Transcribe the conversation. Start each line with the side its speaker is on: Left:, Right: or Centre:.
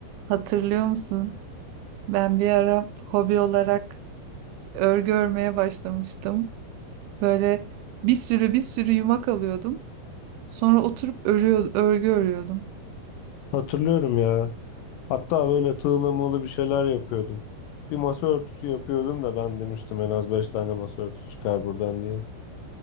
Right: Hatırlıyor musun? Ben bir ara hobi olarak örgü örmeye başlamıştım. Böyle bir sürü bir sürü yumak alıyordum. Sonra oturup örüyor, örgü örüyordum.
Left: Hatırlıyorum ya. Hatta böyle tığla mığla bir şeyler yapıyordum. Bir masa örtüsü yapıyordum da ben demiştim en az 5 tane masa örtüsü çıkar buradan diye.